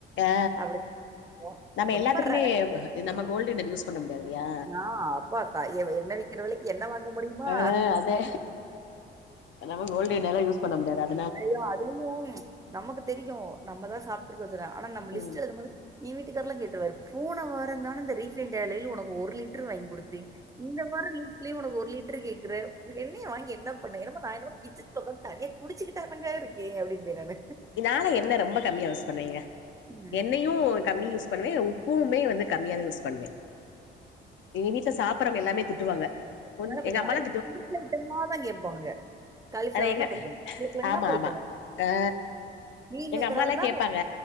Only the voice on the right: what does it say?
அப்படி இருக்கும்.
ரொம்ப
ரேர்.
நான் அப்பா க என்ன விக்கிற விலைக்கு என்ன வாங்க முடியுமா?
அய்யோ அதுலயும் நமக்கு தெரியும் நம்ம தா சாப்பிட்ருக்கோ ஆனா நம்ம லிஸ்ட்
எழுதும்போது ஏ வீட்டுக்காரெல்லா கேட்ருவாரு போன வாரந்தான இந்த ரீபண்ட் ஆயில் உனக்கு ஒரு லிட் லிட்ரு வாங்கி குடுத்தே இந்த வாரோ த்திலே ஒனக்கு ஒரு லிட்ரு கேக்குற எண்ணய வாங்கி என்ன பண்ண என்னமே நா என்னமோ கிச்சன் குள்ள உக்காந்து தனியா குடிச்சக்கிட்டா தாங்க இருக்கே அப்டின்பே நானு
ம்.
அதனால கொஞ்சோ
அடிக்கடி குருச்ச ஐட்டமா தா கேட்பாங்க காலிஃப்ளவர்னா
பொரிக்கணும். உருளைக்கிழங்குனா
பொரிக்கணும்.
மீல்
மேக்கரா
இருந்தா